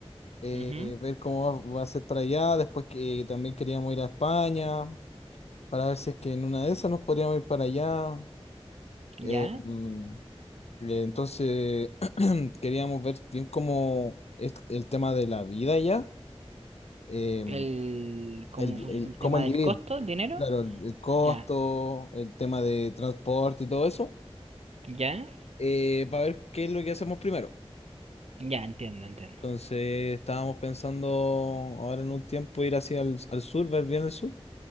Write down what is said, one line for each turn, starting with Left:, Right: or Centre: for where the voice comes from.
Left: eh,
Right: ujú,
Left: ver cómo va, va a ser para allá. Después que también queríamos ir a España para ver si es que en una de esas nos podríamos ir para allá. Eh,
Right: ya.
Left: mm, eh, entonces <clears throat> queríamos ver bien cómo es el tema de la vida allá, eh,
Right: El, como
Left: el, vi- el-
Right: el
Left: cómo
Right: tema
Left: el
Right: del
Left: vivir,
Right: costo, el dinero,
Left: claro, el, el costo,
Right: ya,
Left: el tema de transporte y todo eso,
Right: ya,
Left: eh, para ver qué es lo que hacemos primero.
Right: ya, entiendo, entiendo.
Left: Entonces estábamos pensando ahora en un tiempo ir hacia el al sur, ver bien el sur.